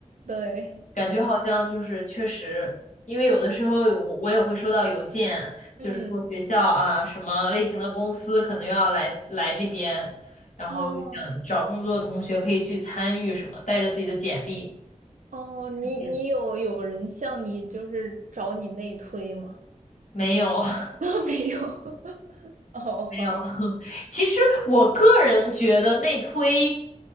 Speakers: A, on the right; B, on the left.
A: 对，
B: 感觉好像就是确实，
A: 嗯
B: 因为有的时候我我也会收到邮件，就是说学校啊什么类型的公司可能要来来这边，
A: 嗯，
B: 然后就想找工作的同学可以去参与什么，
A: 哦
B: 带着自己的简历。
A: 哦，你你有有人向你就是找你内推吗？
B: 嗯没有，<laughs>
A: <laughs> 没有，<laughs> 哦，好的，
B: 没有。<laughs> 其实我个人觉得内推，